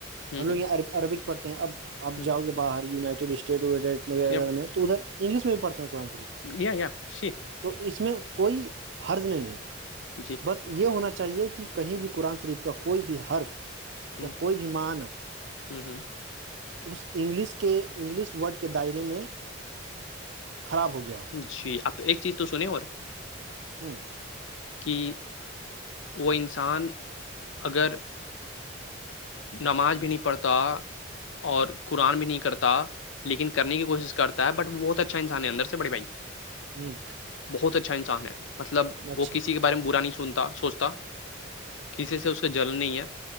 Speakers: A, on the left; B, on the right.
A: ہوں
B: ہم لوگ
A: ہوں
B: یہاں عرب عربک پڑھتے ہیں اب آپ
A: ہوں
B: جاؤ گے باہر یونائٹیڈ اسٹیٹ وغیرہ
A: یا
B: میں تو ادھر انگلش میں بھی پڑھتے ہیں قرآن شریف
A: یا یا جی
B: تو اس میں کوئی حرج نہیں ہے
A: جی
B: بس یہ ہونا چاہیے چاہیے کہ کہیں بھی قرآن شریف کا کوئی بھی حرف
A: ہوں
B: یا کوئی بھی معنی
A: ہوں ہوں
B: اس انگلش کے انگلش ورڈ کے دائرے میں خراب ہو گیا ہو
A: جی آپ ایک چیز تو سنیں اور
B: ہوں
A: کہ وہ انسان اگر نماز بھی نہیں پڑھتا اور قرآن بھی نہیں کرتا لیکن کرنے کی کوشش کرتا بٹ وہ بہت اچھا انسان ہے اندر سے بڑے بھائی
B: ہوں
A: بہت اچھا انسان ہے مطلب
B: اچھا
A: وہ کسی کے بارے میں برا نہیں سنتا سوچتا کسی سے اس کا جل نہیں ہے